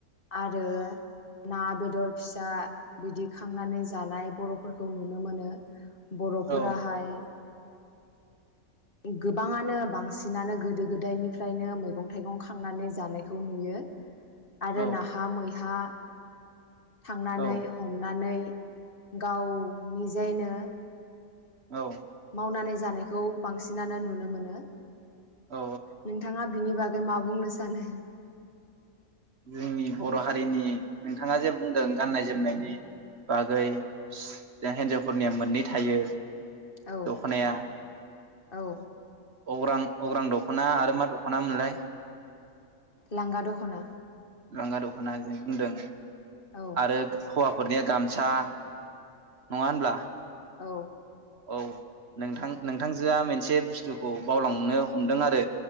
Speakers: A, on the left (about 40°); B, on the right (about 50°).
A: आरो ना बेदर फिसा बिदि खांनानै जानाय बर'फोरखौ नुनो मोनो। बर'फोराहाय
B: औ
A: गोबाङानो बांसिनानो गोदो-गोदायनिफ्रायनो मैगं थायगं खांनानै जानायखौ नुयो। आरो
B: औ
A: नाहा मैहा थांनानै
B: औ
A: हमनानै गाव निजेनो
B: औ
A: मावनानै जानायखौ बांसिनानो नुनो मोनो।
B: औ
A: नोंथाङा बिनि बागै मा बुंनो सानो।
B: जोंनि बर' हारिनि नोंथाङा जे बुंदों गाननाय जोमनायनि बागै जों हिनजावफोरनिया मोननै थायो
A: औ
B: दखनाया
A: औ
B: अग्रां अग्रां दख'ना आरो मा दख'ना मोनलाय?
A: लांगा दख'ना
B: लांगा दख'ना जे बुंदों
A: औ
B: आरो हौवा न'खरनिया गामसा नङा होनब्ला?
A: औ
B: औ नोंथां नोंथांजोआ मोनसे बुस्थुखौ बावलांनो हमदों आरो